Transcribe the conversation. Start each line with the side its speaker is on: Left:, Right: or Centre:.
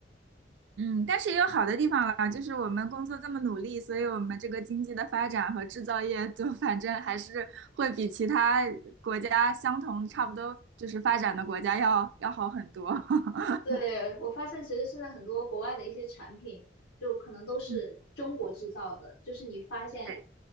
Right: 嗯，但是也有好的地方了，就是我们工作这么努力，所以我们这个经济的发展和制造业就 <laughs> 反正还是会比其他国家相同差不多就是发展的国家要要好很多。<laughs>
Left: 对，我发现其实现在很多国外的一些产品，就可能都是中国制造的，
Right: 嗯，
Left: 就是你发现，
Right: 对，